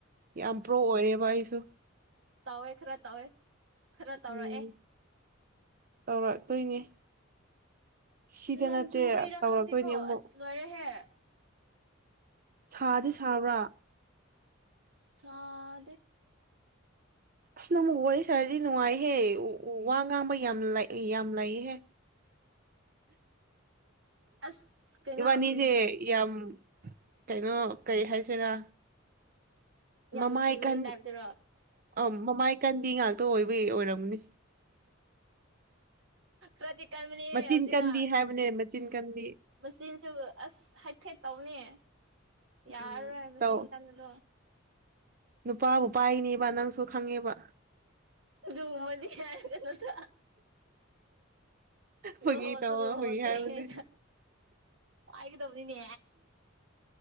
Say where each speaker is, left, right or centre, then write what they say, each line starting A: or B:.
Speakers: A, on the right; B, on the right.
A: ꯌꯥꯝ ꯄ꯭ꯔꯣ ꯑꯣꯏꯔꯦꯕ ꯑꯩꯁꯨ
B: ꯇꯧꯋꯦ ꯈꯔ ꯇꯥꯎꯋꯦ ꯈꯔ ꯇꯧꯔꯛ
A: ꯎꯝ
B: ꯑꯦꯦ
A: ꯇꯧꯔꯛꯇꯣꯏꯅꯦ ꯁꯤꯗ
B: ꯅꯣꯡ
A: ꯅꯠꯇꯦ
B: ꯆꯨꯕ ꯏꯔꯥ
A: ꯇꯧꯔꯛꯇꯣꯏꯅꯦ
B: ꯈꯪꯗꯦꯀꯣ
A: ꯑꯃꯨꯛ
B: ꯑꯁ ꯂꯔꯦꯍꯦ
A: ꯁꯥꯗꯤ ꯁꯥꯕ꯭ꯔꯥ
B: ꯁꯥꯗꯦ
A: ꯑꯁ ꯅ ꯑꯃꯨꯛ ꯋꯥꯔꯤ ꯁꯥꯔꯗꯤ ꯅꯨꯡꯉꯥꯏꯍꯦ ꯋꯥ ꯉꯥꯡꯕ ꯌꯥꯝ ꯌꯥꯝ ꯂꯩꯍꯦ
B: ꯑꯁ ꯀꯩꯅꯣ
A: ꯏꯕꯥꯅꯤꯖꯦ
B: ꯎꯝ
A: ꯌꯥꯝ ꯀꯩꯅꯣ ꯀꯩ ꯍꯥꯏꯁꯤꯦꯔꯥ
B: ꯌꯥꯝ
A: ꯃꯃꯥ
B: ꯅꯨꯡꯁꯤꯕꯒꯤ
A: ꯑꯩꯀ
B: ꯇꯥꯏꯞꯇꯔꯣ
A: ꯑ ꯃꯃꯥ ꯀꯟꯕꯤ ꯉꯥꯛꯇ ꯑꯣꯏꯕꯩ ꯑꯣꯏꯔꯝꯅꯤ
B: ꯀ꯭ꯔꯗꯤ ꯀꯥꯏꯕꯅꯦ
A: ꯃꯆꯤꯟ
B: ꯍꯧꯖꯤꯛꯀ
A: ꯀꯟꯕꯤ ꯍꯥꯏꯕꯅꯦ ꯃꯆꯤꯟ ꯀꯟꯕꯤ
B: ꯃꯆꯤꯟꯁꯨ ꯑꯁ ꯍꯥꯏꯐꯦꯠ ꯇꯧꯅꯤ ꯌꯥꯔꯔꯣꯏ
A: ꯎꯝ
B: ꯍꯥꯏꯕꯕꯁꯤ
A: ꯇꯧ
B: ꯏꯟ ꯀꯥꯟꯗꯣ
A: ꯅꯨꯄꯥꯕꯨ ꯄꯥꯏꯔꯤꯅꯦꯕ ꯅꯪꯁꯨ ꯈꯪꯉꯦꯕ
B: ꯑꯗꯨꯒꯨꯝꯕꯗꯤ ꯍꯥꯏꯔꯛꯀꯅꯨꯗ
A: ꯐꯥꯒꯤ
B: ꯂꯨꯍꯣꯁꯨ
A: ꯇꯧ
B: ꯂꯨꯍꯣꯟꯗꯔꯤ
A: ꯐꯥꯒꯤ ꯍꯥꯏꯕꯅꯦ
B: ꯑꯩꯅ ꯄꯏ ꯀꯗꯕꯨꯅꯤꯅꯤ